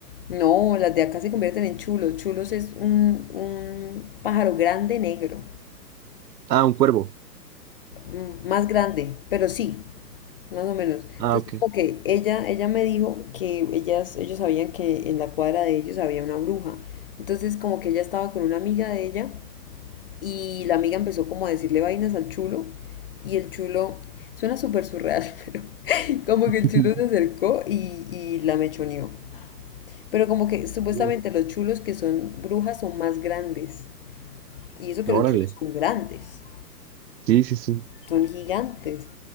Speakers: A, on the left (about 35°); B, on the right (about 75°).
A: No, las de acá se convierten en chulos. Chulos es un, un pájaro grande negro,
B: Ah, un cuervo.
A: mm, más grande, pero sí, más o menos.
B: Ah,
A: Entonces,
B: ok.
A: como que ella, ella me dijo que ellas, ellos sabían que en la cuadra de ellos había una bruja. Entonces, como que ella estaba con una amiga de ella Y la amiga empezó como a decirle vainas al chulo y el chulo, suena súper surreal, <laughs> pero como
B: <laughs>
A: que el chulo se acercó y, y la mechoneó. Pero como que supuestamente
B: Uy,
A: los chulos que son brujas son más grandes. Y eso que
B: órale.
A: los chulos son grandes,
B: Sí, sí, sí.
A: son gigantes.